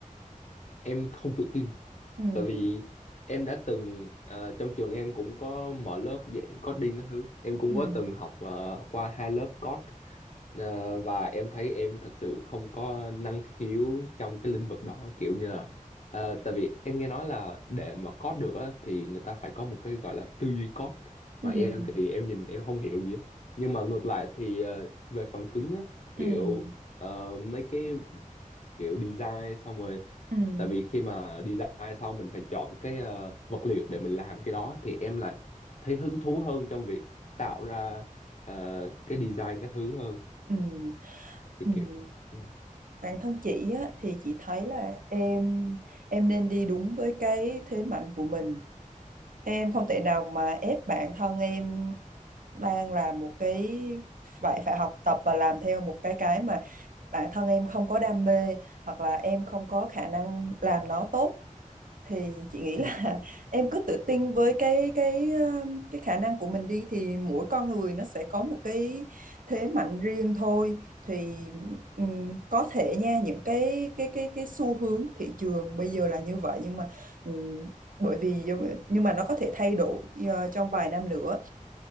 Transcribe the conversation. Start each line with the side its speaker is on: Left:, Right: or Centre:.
Left: em không tự tin
Right: Ừm,
Left: tại vì em đã từng ờ, trong trường em cũng có mở lớp dạy coding các thứ em cũng
Right: ừm,
Left: có từng học ờ, qua hai lớp code Ờ, và em thấy em thật sự không có năng khiếu trong cái lĩnh vực đó kiểu như là ờ, tại vì em nghe nói là để mà code được á thì người ta phải có một cái gọi là tư duy code
Right: ừm,
Left: mà em thì em nhìn em không hiểu gì á nhưng mà ngược lại thì ờ, về phần cứng á kiểu
Right: ừm,
Left: ờ, mấy cái kiểu design xong rồi
Right: ừm,
Left: tại vì khi mà design xong mình phải chọn cái ờ, vật liệu để mình làm cái đó thì em lại thấy hứng thú hơn trong việc tạo ra ờ, cái design các thứ hơn
Right: ừm,
Left: kiểu
Right: ừm.
Left: kiểu dạ
Right: Bản thân chị á, thì chị thấy là em em nên đi đúng với cái thế mạnh của mình em không thể nào mà ép bản thân em đang làm một cái phải phải học tập và làm theo một cái cái mà bản thân em không có đam mê hoặc là em không có khả năng làm nó tốt thì chị nghĩ
Left: ừ
Right: là <laughs> em cứ tự tin với cái cái ờ, cái khả năng của mình đi thì mỗi con người nó sẽ có một cái thế mạnh riêng thôi thì ừm, có thể nha những cái cái cái cái xu hướng thị trường bây giờ là như vậy nhưng mà ừm, bởi vì nhưng mà nó có thể thay đổi ờ, trong vài năm nữa